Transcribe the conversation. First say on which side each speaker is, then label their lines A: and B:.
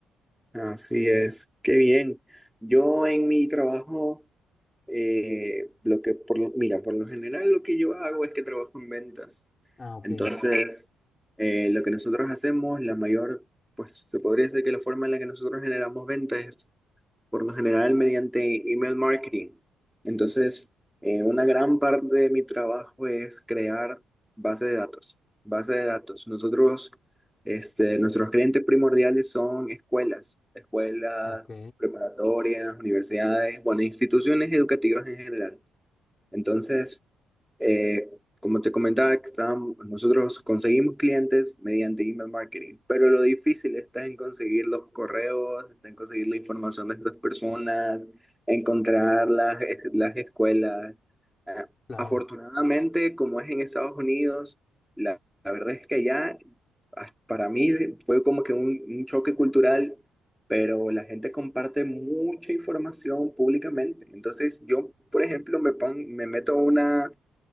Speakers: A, in the centre; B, on the left.
A: Así es, qué bien. Yo en mi trabajo, eh, lo que por lo, mira, por lo general lo que yo hago es que trabajo en ventas.
B: Ah, ok,
A: Entonces, eh, lo que nosotros hacemos, la mayor, pues se podría decir que la forma en la que nosotros generamos ventas por lo general mediante email marketing. Entonces, eh, una gran parte de mi trabajo es crear base de datos. Base de datos. Nosotros, este, nuestros clientes primordiales son escuelas, escuelas
B: Ok,
A: preparatorias, universidades, bueno, instituciones educativas en general. Entonces, eh, como te comentaba, que estábamos- nosotros conseguimos clientes mediante email marketing, pero lo difícil está en conseguir los correos, está en conseguir la información de estas personas, encontrar las, eh, las escuelas. Eh,
B: claro.
A: afortunadamente, como es en Estados Unidos, la, la verdad es que allá, ah, para mí fue como que un, un choque cultural pero la gente comparte mucha información públicamente. Entonces, yo, por ejemplo, me, pon- me meto a una